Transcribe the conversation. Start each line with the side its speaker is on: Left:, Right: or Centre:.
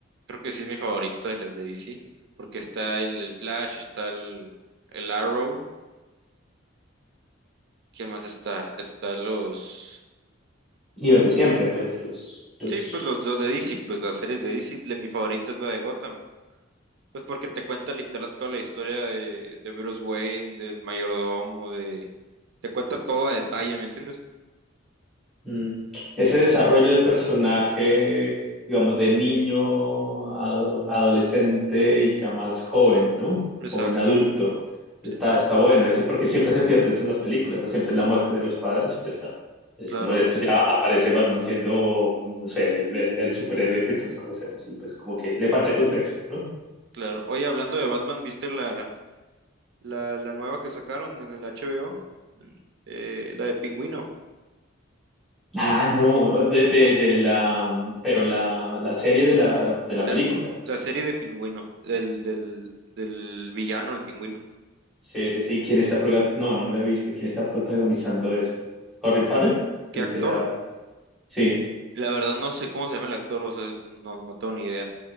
Right: creo que sí es mi favorita de las de DC, porque está el, el Flash, está el, el Arrow, ¿qué más está? Está los,
Centre: Y los de siempre, pues, los, los
Right: sí, pues los, los de DC, pues las series de DC, de, mi favorita es la de Gotham. Pues porque te cuenta literal toda la historia de, de Bruce Wayne, del mayordomo, de... Te cuenta todo a detalle, ¿me entiendes?
Centre: Mm. Ese desarrollo de personaje, digamos, de niño, ado- adolescente y ya más joven, ¿no?
Right: Exacto,
Centre: Joven adulto.
Right: sí,
Centre: Está, está bueno eso, porque siempre se pierde eso en las películas, ¿no? Siempre es la muerte de los padres y ya está. Es
Right: claro,
Centre: como después ya aparece Batman siendo, no sé, el, el- el superhéroe que todos conocemos y pues como que le falta contexto, ¿no?
Right: claro. Oye, hablando de Batman, ¿viste la, la, la nueva que sacaron en el HBO? En- eh, la de Pingüino,
Centre: Ah, no, de, de, de la, pero la, la serie de la, de la
Right: la,
Centre: película.
Right: la serie de Pingüino, del, del, del villano, el Pingüino.
Centre: Sí, sí, sí. ¿Quién está proga- No, no la he visto. ¿Quién está protagonizando eso? ¿Colin Farrell? El
Right: ¿Qué actor?
Centre: de la... Sí,
Right: La verdad no sé cómo se llama el actor, o sea, no, no tengo ni idea.